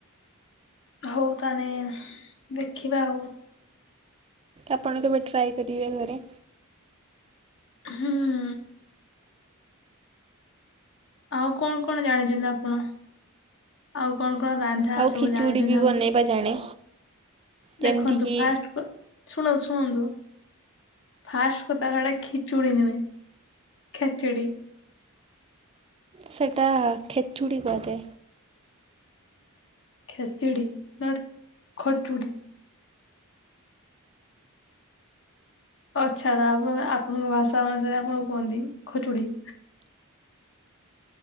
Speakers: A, on the left; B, on the right.
A: ହଉ ତାନେ ଦେଖିବା ଆଉ
B: ଆପଣ କେବେ ଟ୍ରାଏ କରିବେ ଘରେ।
A: ହୁଁ। ଆଉ କଣ କଣ ଜାଣିଛନ୍ତି ଆପଣ? ଆଉ କଣ କଣ ରାନ୍ଧା
B: ଆଉ
A: ସବୁ
B: ଖିଚୁଡ଼ି
A: ଜାଣିଛନ୍ତି
B: ବି
A: ଆପଣ?
B: ବନେଇବା ଜାଣେ ଯେମିତିକି
A: ଦେଖନ୍ତୁ ଫାଷ୍ଟ ଶୁଣ ଶୁଣନ୍ତୁ। ଫାଷ୍ଟ କଥା ହେଡା ଖିଚୁଡ଼ି ନୁହେଁ ଖେଚେଡି।
B: ସେଇଟା ଖେଚୁଡ଼ି କୁହାଯାଏ।
A: ଖେଚିଡି ନଟ ଖଚୁଡ଼ି। ହଉ ଛାଡ ଆପଣ ଆପଣଙ୍କ ଭାଷା ଅନୁସାରେ ଆପଣ କୁହନ୍ତି ଖଚୁଡି।